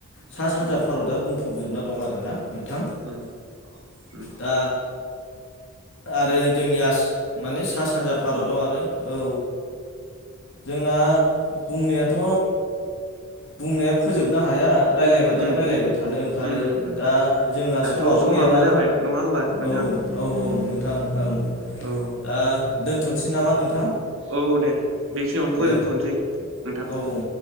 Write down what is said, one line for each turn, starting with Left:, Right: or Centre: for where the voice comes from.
Left: सा सानजा
Right: उम
Left: भारतआ बुं फबजोबना दं आर ना नोंथां
Right: उम उम
Left: दा आरो जोंनि आसाम माने सा सानजा भारताव आरो औ जोंना बुंनायाथ' बुंनाया फोजोबनो हाया राय्लायबाथाय
Right: उम
Left: रायज्लायबाय थानो ओंखारो
Right: उम उम उम
Left: दा जोंना
Right: दाथ'
Left: समाबो गैयाना
Right: जाबाय नङा होमबा
Left: औ
Right: <inaudible>
Left: औ
Right: <inaudible>
Left: औ नोंथां औ
Right: औ
Left: दा दोनथ'नोसै नामा नोंथां
Right: औ दे बेखिनियावनो
Left: दे
Right: फोजोबथ'नोसै नोंथां
Left: औ औ